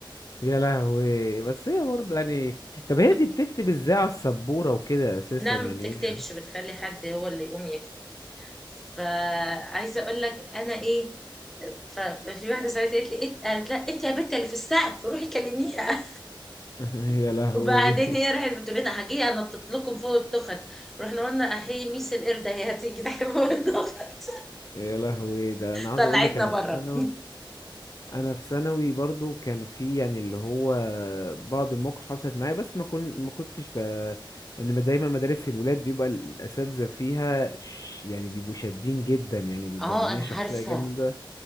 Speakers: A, on the left; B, in the centre.
A: يا لهوي بس هي برضه يعني طب هي
B: فانا
A: دي بتكتب ازاي على السبورة وكده اساسا
B: ما
A: يعني
B: بتكتبش بتخلي حد هو اللي يقوم يكتب فعايزه اقول لك انا ايه ف- ففي واحده صاحبتي قالت لي إنت- قالت لا انت يا بنت اللي في السقف روحي كلميها
A: هي <laughs>
B: <laughs>
A: يا لهوي
B: وبعدين هي راحت بتقول لنا هجي انطط لكم فوق التخت رحنا قلنا احيي ميس القرده هي هتيجي تحت فوق التخت
A: يا لهوي ده انا عاوز
B: طلعتنا
A: اقول لك انا
B: بره
A: في ثانوي انا في ثانوي برضو كان في يعني اللي هو بعض المواقف حصلت معايا بس ما كنت ما كنتش ب... ان ما دايما مدارس الولاد بيبقى الاساتذه فيها ش... يعني بيبقوا شادين جدا يعني بيبقوا
B: اه
A: عاملين
B: انا
A: شخصيه
B: عارفه
A: جامده